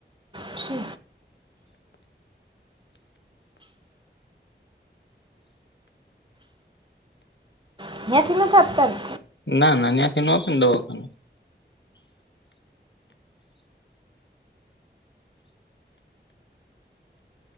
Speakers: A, on the right; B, on the left.
A: છે. અયાંયાથી નથ આપતા ને?
B: ના ના નયાચુ નો તુ દવાખાનું